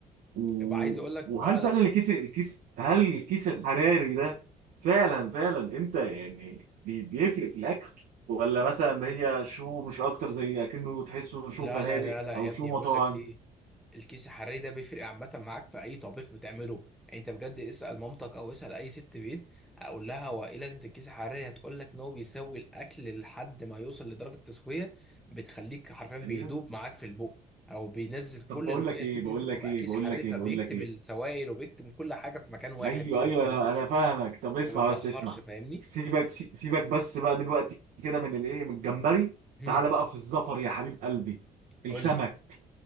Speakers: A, on the right (about 90°); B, in the centre.
A: و...
B: يبقى عايز اقول لك
A: وهل
B: بقى
A: فعلا
B: لا
A: الكيس الكيس هل الكيس الحراري ده فعلا فعلا انت يعني بي- بيفرق في الاكل ولا مثلا هي شو مش اكتر زي اكنه تحسه شو
B: لا
A: فنادق
B: لا لا لا
A: او
B: يا
A: شو
B: ابني
A: مطاعم
B: بقول لك ايه الكيس الحراري ده بيفرق عامة معاك في أي طبيخ بتعمله يعني أنت بجد اسأل مامتك أو اسأل أي ست بيت أقول لها هو إيه لازمة الكيس الحراري هتقول لك إن هو بيسوي الأكل لحد ما يوصل لدرجة تسوية بتخليك حرفيا بيدوب
A: ايوه
B: معاك في البق أو بينزل كل
A: طب بقول
B: المية
A: لك
B: اللي
A: ايه
B: فيك
A: بقول
B: إن أنت بتبقى
A: لك ايه
B: كيس
A: بقول
B: حراري
A: لك
B: فبيكتم
A: ايه بقول لك ايه
B: السوائل وبيكتم كل حاجة في مكان واحد
A: ايوه
B: ما بيخرجوش
A: ايوه انا انا فاهمك طب اسمع
B: ما بيتدخرش
A: بس اسمع
B: فاهمني؟
A: سيبك سي- سيبك بس بقى دلوقتي كده من الايه من الجمبري
B: هم،
A: تعالى بقى في الزفر يا حبيب قلبي السمك
B: قول لي